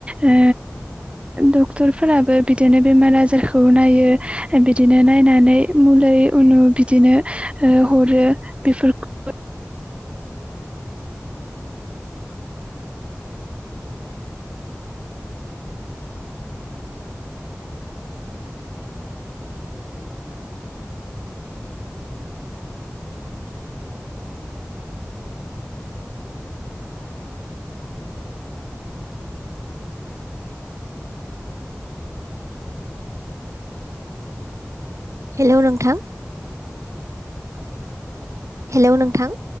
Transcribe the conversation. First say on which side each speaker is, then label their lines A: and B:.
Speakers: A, on the right; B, on the right.
A: ओ डक्टरफोराबो बिदिनो बेमार आजारखौ नायो बिदिनो नाय बायनानै मुलि उनु बिदिनो ओ हरो बेफोरखौ
B: हेलौ नोंथां हेलौ नोंथां